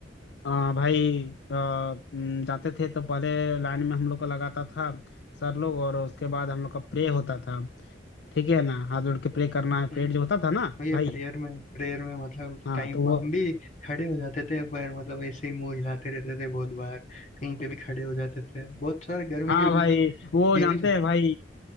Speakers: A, on the left; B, on the left.
A: अ, भाई अ, म, जाते थे तो पहले लाइन में हम लोग को लगाता था सर लोग और उसके बाद हम लोग का प्रे होता था ठीक है ना हाथ जोड़ के प्रे करना
B: हम्म,
A: है प्रेयर जो होता था ना
B: भैया
A: भाई
B: प्रेयर में प्रेयर में मतलब
A: हाँ
B: टाइम
A: तो
B: पर
A: वो
B: हम भी खड़े हो जाते थे पर मतलब ऐसे ही मुंह हिलाते रहते थे बहुत बार कहीं पे भी खड़े हो जाते थे बहुत सारे गर्मी
A: हाँ
B: की वजह
A: भाई
B: से
A: वो
B: ये
A: जानते
B: भी तो
A: हैं भाई